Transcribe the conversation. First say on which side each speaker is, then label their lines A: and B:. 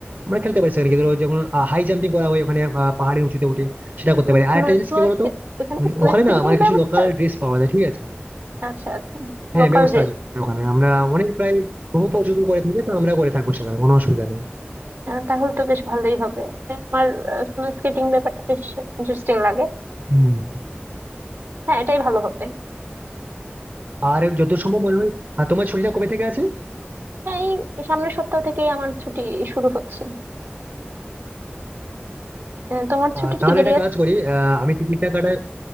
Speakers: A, on the right; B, on the right.
A: আমরা খেলতে পারি সেখানে গিয়ে। ধরো যেমন হাই জাম্পিং করা হয় ওখানে আহ, পাহাড়ের উঁচুতে উঠে সেটা করতে পারি
B: স্নো
A: আর একটা জিনিস
B: স্নো
A: কি বলতো
B: এখানে
A: উম,
B: কি স্নো
A: ওখানে
B: স্কেটিং
A: না আমার
B: এর
A: কিছু
B: ব্যবস্থা
A: লোকাল
B: আছে
A: ড্রেস পাওয়া যায় ঠিক আছে
B: আচ্ছা আচ্ছা
A: হ্যাঁ
B: Local
A: ব্যবস্থা
B: dress
A: আছে ওখানে আমরা অনেক প্রায় বহু পর্যটন করে থাকি তো আমরা করে থাকবো সেখানে কোনো অসুবিধা নেই
B: তাহলে তো বেশ ভালোই হবে মানে আমার স্নো স্কেটিং ব্যাপারটা বেশ ইন্টারেস্টিং লাগে
A: হুম।
B: হ্যাঁ এটাই ভালো হবে
A: আর যত সম্ভব মনে হয় আর তোমার ছুটিটা কবে থেকে আছে
B: এই সামনের সপ্তাহ থেকেই আমার ছুটি শুরু হচ্ছে আহ, তোমার
A: আহ
B: ছুটি
A: তাহলে
B: কি দেরি
A: একটা
B: আছে
A: কাজ করি আহ আমি টিকিটটা কাটার